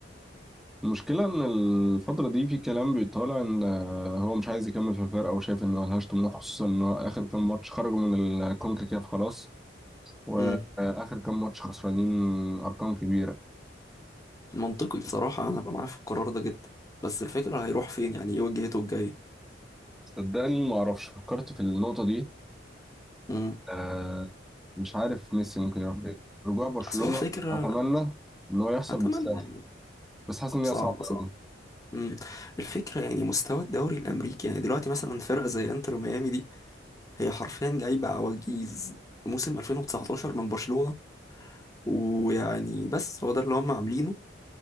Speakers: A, in the centre; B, on the left.
A: المشكلة إن الفترة دي في كلام بيطالع إن آه، هو مش عايز يكمل في الفرقة وشايف إن ملهاش طموح خصوصا إن هو آخر كام ماتش خرجوا من الكونكاكاف خلاص وآخر
B: امم
A: كام ماتش خسرانين أرقام كبيرة
B: منطقي بصراحة انا هبقى معاه في القرار ده جدا بس الفكرة هيروح فين يعني ايه وجهته الجاية
A: صدقني معرفش فكرت في النقطة دي
B: امم
A: آه، مش عارف ميسي ممكن يروح فين رجوع برشلونة
B: اصل هو الفكرة
A: أتمنى إن هو يحصل
B: اتمنى
A: بالساحة
B: يعني
A: بس حاسس إن
B: صعب
A: هي صعبة
B: صعب
A: أوي
B: امم الفكرة يعني مستوى الدوري الامريكي يعني دلوقتي مثلا فرقة زي انتر ميامي دي هي حرفيا جايبة عواجيز موسم 2019 من برشلونة ويعني بس هو ده اللي هم عاملينه